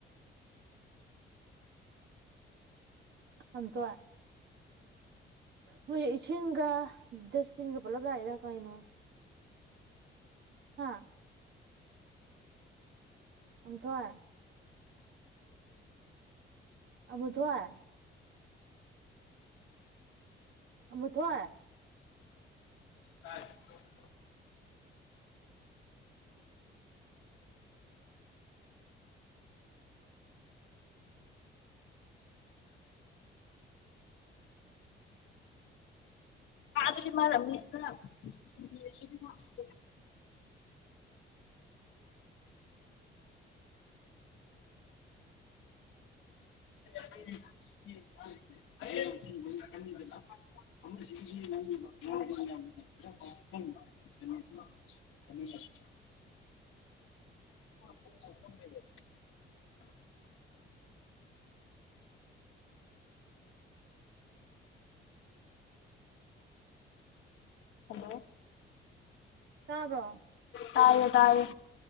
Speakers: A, on the right; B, on the left.
A: ꯑꯝꯇꯣꯏ ꯅꯣꯏ ꯏꯁꯤꯡꯒ ꯗꯁꯕꯤꯟꯒ ꯄꯨꯜꯂꯞ ꯂꯛꯏꯔꯥ ꯀꯩꯅ‌ꯣ ꯍꯥ ꯑꯝꯊꯣꯏ ꯑꯃꯨꯊꯣꯏ ꯑꯃꯨꯊꯣꯏ
B: ꯇꯥꯏ ꯑ ꯑ ꯑꯗꯨꯗꯤ ꯃꯥꯔ ꯃꯤꯁꯅ <unintelligible> <unintelligible> <unintelligible> ꯀꯩꯅꯣ ꯗꯨ ꯆꯠꯃꯤꯟꯅꯧ ꯀꯨ ꯋꯥꯜꯀꯞ ꯂꯩꯔꯦ ꯍꯜꯂꯣ
A: ꯇꯥꯕꯣ꯭ꯔ
B: ꯇꯥꯏꯌꯦ ꯇꯥꯏꯌꯦ